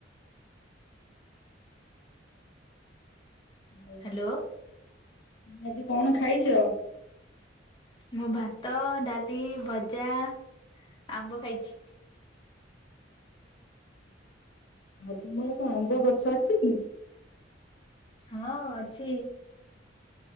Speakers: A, on the left; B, on the left.
A: ହଉ, ତୁମେ
B: ହ୍ୟାଲୋ
A: ଆଜି କଣ ଖାଇଛ?
B: ମୁଁ ଭାତ, ଡାଲି, ଭଜା, ଆମ୍ବ ଖାଇଛି।
A: ଆଉ ତୁମର କଣ ଆମ୍ବ ଗଛ ଅଛି କି?
B: ହଁ ଅଛି।